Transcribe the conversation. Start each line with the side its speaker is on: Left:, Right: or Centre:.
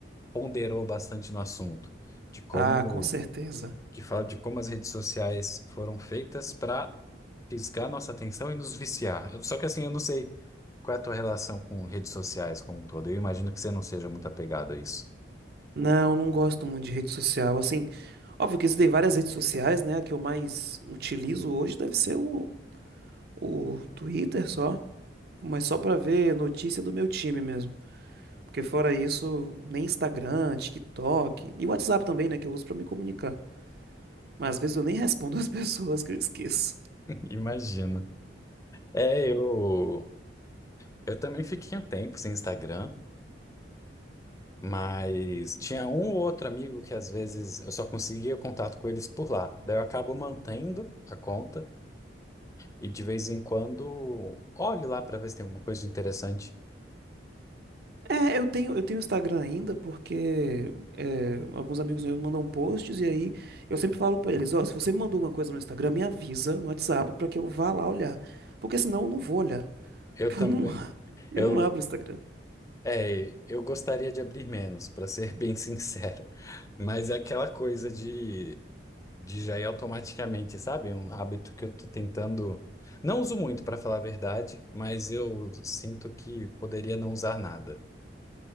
Left: ponderou bastante no assunto, de como,
Right: Ah, com certeza.
Left: que fala de como as redes sociais foram feitas para fisgar nossa atenção e nos viciar. Eu- Só que assim, eu não sei qual é a tua relação com redes sociais como um todo. Eu imagino que você não seja muito apegado a isso.
Right: Não, não gosto muito de rede social. Assim, óbvio que existem várias redes sociais, né? A que eu mais utilizo hoje deve ser o, o Twitter só, mas só pra ver notícia do meu time mesmo. Porque fora isso, nem Instagram, TikTok e WhatsApp também, né? Que eu uso pra me comunicar. Mas às vezes eu nem respondo <laughs> as pessoas que eu esqueço.
Left: Imagina. É, eu, eu também fiquei um tempo sem Instagram, mas tinha um ou outro amigo que às vezes eu só conseguia contato com eles por lá. Daí eu acabo mantendo a conta e de vez em quando olho lá para ver se tem alguma coisa de interessante.
Right: É, eu tenho, eu tenho Instagram ainda porque é, alguns amigos meus mandam posts e aí eu sempre falo pra eles, ó, se você me mandou alguma coisa no Instagram, me avisa no WhatsApp pra que eu vá lá olhar, porque senão eu não vou olhar, <laughs>
Left: Eu
Right: porque
Left: também,
Right: eu não, <laughs> eu
Left: eu,
Right: não abro o Instagram.
Left: é, eu gostaria de abrir menos, para ser <laughs> bem sincero, mas é aquela coisa de de já ir automaticamente, sabe? É Um hábito que eu tô tentando. Não uso muito, pra falar a verdade, mas eu sinto que poderia não usar nada.